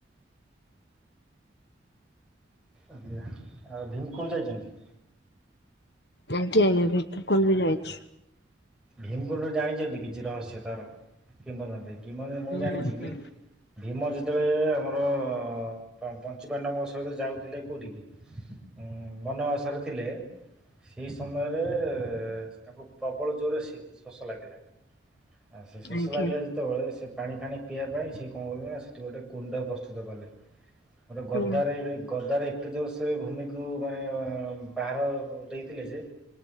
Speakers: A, in the centre; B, on the left (about 60°).
A: ଆଜ୍ଞା ଆଉ ଭୀମକୁଣ୍ଡ ଯାଇଛନ୍ତି।
B: ଆଜ୍ଞା ଆଜ୍ଞା ଭୀମ କମି ଯାଇଛି।
A: ଭୀମକୁଣ୍ଡରେ ଜାଣିଛନ୍ତି କିଛି ରହସ୍ୟ ତାର କିମ୍ବଦନ୍ତି। କିମ୍ବଦନ୍ତୀ ମୁଁ
B: ହୁଁ
A: ଜାଣିଛି
B: ହୁଁ
A: କି ଭୀମ ଯେତେବେଳେ ଆମର ପ ପଞ୍ଚୂପାଣ୍ଡବ ଙ୍କ ସହିତ ଯାଉଥିଲେ କୋଉଠିିକି? ଉ ବନବାସରେ ଥିଲେ, ସେଇ ସମୟରେ ଏ ତାଙ୍କୁ ପ୍ରବଳ ଜୋରରେ ଶି ଶୋଷ ଲାଗିଲା, ଆ ସେ ଶୋଷ
B: ଆଜ୍ଞା
A: ଲାଗିଲା ଯେ ସେତେବେଳେ ସେ ପାଣି ଫାଣି ପିଇବା ପାଇଁ। ସେ କଣ କଲେ ନା ସେଠି ଗୋଟେ କୁଣ୍ଡ ପ୍ରସ୍ତୁତ କଲେ। ଗୋଟେ ଗଦାରେ
B: ହୁଁ
A: ଗଦାରେ। ଏତେ ଯୋର୍ଷରେ ଭୂମିକୁ ମାନେ ପାହାର ଦେଇଥିଲେ ଯେ